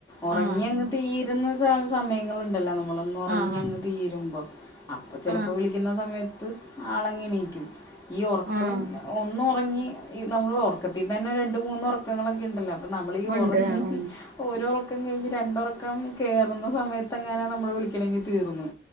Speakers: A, on the left (about 20°); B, on the right (about 50°).
A: ഒറങ്ങി
B: ആഹ്
A: അങ്ങ് തീരുന്ന സമയങ്ങള് ഇണ്ടല്ലോ ളന്നുറങ്ങി
B: ആഹ്
A: അങ്ങ് തീരുമ്പോ അപ്പൊ ചിലപ്പോ
B: ആഹ്
A: വിളിക്കുന്ന സമയത്ത് ആളങ്ങ എണീക്കും. ഈ ഒറക്കം
B: ആഹ്
A: ഒന്ന ഒറങ്ങി നമ്മള് ഇതിൽ തന്നെ രണ്ട് മുന്ന് ഒറക്കങ്ങൾ ഓക്കെ ഇണ്ടല്ലോ അപ്പൊ നമ്മൾ ഈ
B: ഉണ്ട്
A: ഒറങ്ങി
B: ഉം
A: ഒരു ഒറക്കം കഴിഞ്ഞ് രണ്ട് ഒറക്കം കേറുന്ന സമയത്ത് എങ്ങനാ നമ്മള് വിളിക്കണെങ്കിൽ തീർന്ന്